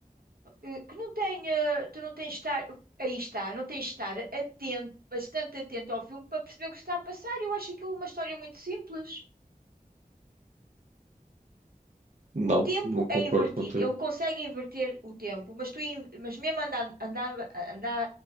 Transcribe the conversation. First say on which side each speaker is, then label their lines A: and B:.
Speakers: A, on the right; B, on the right.
A: Eh, Que não tem, eh, tu não tens de estar, aí está, não tens de estar atento, bastante atento ao filme para perceber o que está a passar. Eu acho aquilo uma história muito simples.
B: Não,
A: O tempo
B: não concordo
A: é invertido.
B: contigo.
A: Ele consegue inverter o tempo, mas tu, in- mas mesmo andando, andava, andar,